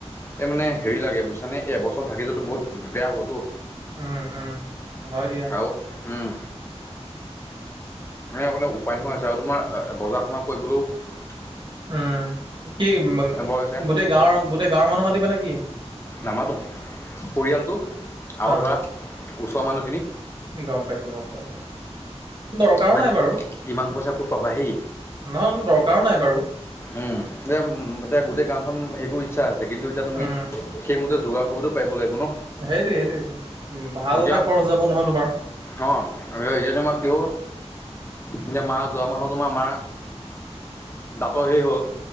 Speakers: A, on the left; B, on the right.
A: এই মানে হেৰি লাগে বুইছানে এ এবছৰ থাকি যোৱাটো বহুত বেয়া হ'বতো।
B: উম, উম নহয় দিয়া।
A: আৰু উম উপায় নোহোৱা হৈছে আৰু তোমাৰ বজাৰ সমাৰ কৰিবলেও
B: উম কি গোটেই গাঁৱৰ
A: ভয়
B: গোটেই
A: হৈছে
B: গাঁৱৰ মানুহ মাতিবা নেকি?
A: নামাতো পৰিয়ালটো আৰু
B: অ',
A: ধৰা ওচৰৰ মানুহখিনি।
B: গম পাইছো গম পাইছো। দৰকাৰো
A: মানে
B: নাই বাৰু নহয়
A: ইমান পইচা ক'ত পাবা হেই
B: দৰকাৰো নাই বাৰু।
A: উম এতিয়া এতিয়া গোটেই গাঁওখন সেইবোৰ ইচ্ছা আছে, কিন্তু এতিয়া তুমি
B: উম,
A: সেই ম যোগাৰ কৰিবতো পাৰিব লাগিব ন।
B: সেইটোয়ে সেইটোয়ে সেইটোয়ে ভাল
A: এতিয়া
B: এটা খৰচ যাব নহয় তোমাৰ।
A: অ আৰু এতিয়াটো মই পিঅ এতিয়া মা যোৱা মাহত তোমাৰ মাৰ, দাঁতৰ সেই হ'ল।